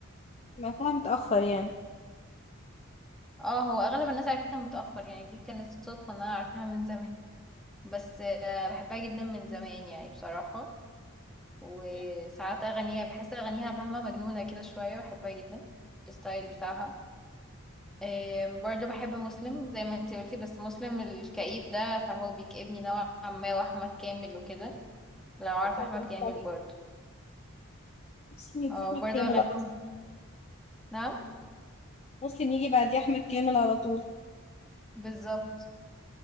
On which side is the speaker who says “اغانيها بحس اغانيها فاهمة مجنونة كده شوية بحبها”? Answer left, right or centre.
Centre